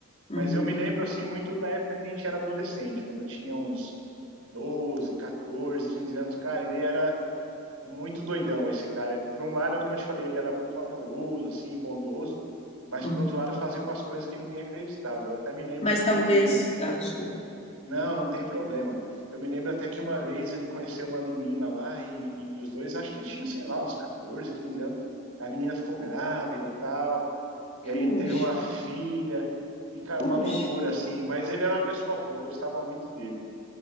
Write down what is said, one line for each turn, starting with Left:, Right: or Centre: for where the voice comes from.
Left: uhum.
Right: Mas eu me lembro, assim, muito da época que a gente era adolescente, quando eu tinha uns 12, 14, 15 anos. Cara, ele era muito doidão esse cara. Por um lado, como eu te falei, ele era muito amoroso, assim, bondoso, mas
Left: Uhum.
Right: por outro lado fazia umas coisas que ninguém acreditava. Eu até me lembro
Left: Mas
Right: que,
Left: talvez. Ah, desculpa.
Right: não, não tem problema. Eu me lembro até que uma vez ele conheceu uma menina lá e, e os dois, acho que tinha, sei lá, uns 14, 15 anos. A menina ficou grávida, tal. E
Left: Puxa,
Right: aí ele teve uma filha. E, cara,
Left: puxa.
Right: uma loucura, assim. Mas ele era uma pessoa boa, eu gostava muito dele.